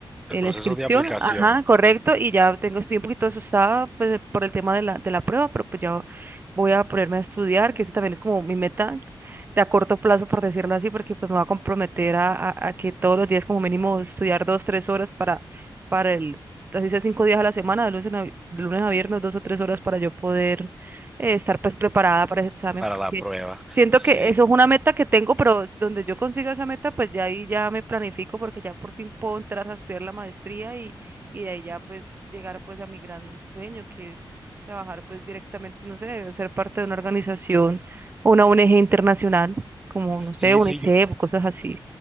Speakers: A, on the right (about 25°); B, in the centre.
A: en
B: El proceso
A: la inscripción,
B: de aplicación
A: ajá, correcto, y ya tengo, estoy un poquito asustada pues, por el tema de la, de la prueba, pero pues ya voy a ponerme a estudiar, que eso también es como mi meta de a corto plazo, por decirlo así, porque pues me va a comprometer a, a- a que todos los días como mínimo estudiar dos, tres horas para, para el, así sea cinco días a la semana, de lunes a, vi- de lunes a viernes, dos o tres horas para yo poder eh, estar pues preparada para ese examen,
B: para la prueba,
A: Siento
B: sí.
A: que eso es una meta que tengo, pero donde yo consiga esa meta, pues ya ahí ya me planifico porque ya por fin puedo entrar a estudiar la maestría y, y de ahí ya pues llegar pues a mi gran sueño, que es trabajar pues directamente, no sé, ser parte de una organización, o una ONG internacional, como no
B: Sí,
A: sé, UNICEF,
B: sí, yo,
A: o cosas así.